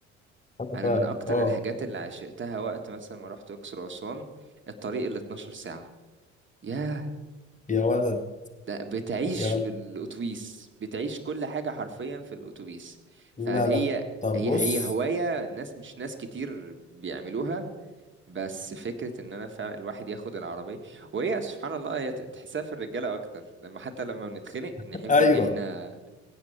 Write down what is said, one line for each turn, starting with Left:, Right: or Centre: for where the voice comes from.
Left: انا
Right: أنا
Left: فاهم
Right: من أكتر
Left: اه
Right: الحاجات اللي عشقتها وقت مثلا ما رحت أقصر وأسوان الطريق اللي 12 ساعة ياه
Left: يا ولد
Right: ده بتعيش
Left: يا
Right: في
Left: ولد
Right: الأتوبيس بتعيش كل حاجة حرفيا في الأتوبيس فهي
Left: لا لا طب
Right: هي
Left: بص
Right: هي هواية الناس مش ناس كتير بيعملوها بس فكرة ان انا فعلا الواحد ياخد العربية وهي سبحان الله هي ت- تحسها في الرجالة اكتر لما حتى لما بنتخنق
Left: <laughs>
Right: نحب
Left: ايوه
Right: ان احنا